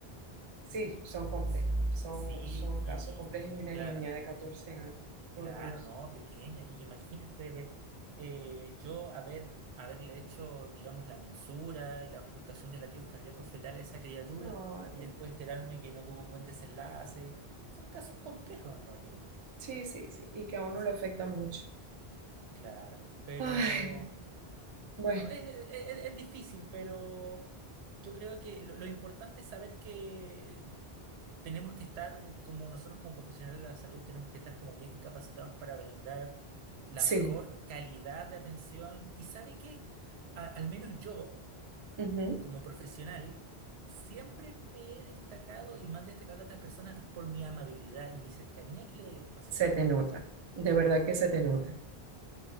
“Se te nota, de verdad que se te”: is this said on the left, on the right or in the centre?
Right